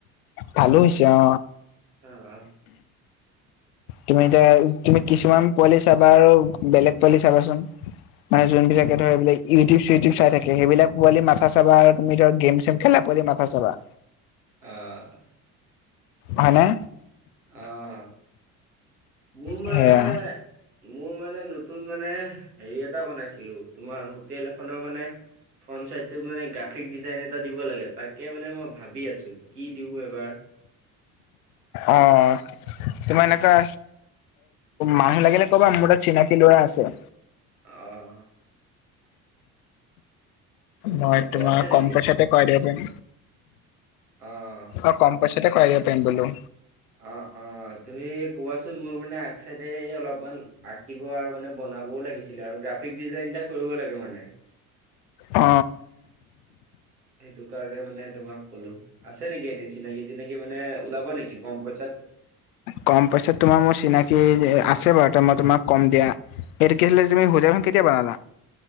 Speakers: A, on the left (about 70°); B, on the right (about 85°).
A: ভালো হৈছে অ।
B: অ অ।
A: তুমি এতিয়া তুমি কিছুমান পোৱালি চাবা আৰু বেলেগ পোৱালি চাবাচোন। মানে যোনবিলাকে ধৰ এইবিলাক ইউটিউব চিটিউব চাই থাকে সেইবিলাক পোৱালি মাথা চাবা আৰু তুমি ধৰা গেম চেম খেলা পোৱালি মাথা চাবা।
B: অহ।
A: হয়নে!
B: অ মোৰ মানে
A: সেয়া
B: মোৰ মানে নতুন মানে হেৰি এটা বনাইছিলো তোমাৰ হোটেল এখনৰ মানে ফ্ৰণ্ট চাইডটোত মানে গ্ৰাফিক ডিজাইন এটা দিব লাগে তাকে মানে মই ভাবি আছো কি দিওঁ এবাৰ।
A: অ তোমাৰ এনেকা মানুহ লাগিলে কবা মোৰ তাত চিনাকি লৰা আছে।
B: অ।
A: মই
B: তাকে
A: তোমাৰ
B: আছে নেকি?
A: কম পইচাতে কৰাই দিব পাৰিম।
B: অ',
A: হক কম পইচাতে কৰাই দিব পাৰিম বোলো।
B: অ অ তুমি কবাচোন মোৰ মানে আগ চাইডে অলপমান আঁকিব- ব আৰু মানে বনাবও লাগিছিলে আৰু গ্ৰাফিক ডিজাইন এটা কৰিব লাগে মানে।
A: অ।
B: সেইটো কাৰণে মানে তোমাক কলো আছে নেকি এনেই চিনাকি তিনাকি মানে ওলাব নেকি কম পইচাত?
A: কম পইচাত তোমাৰ মোৰ চিনাকি আছে বাৰু ত মই তোমাক কম দিয়া। এইটো কি আছিলে তুমি
B: অ',
A: হোটেলখন কেতিয়া বনালা।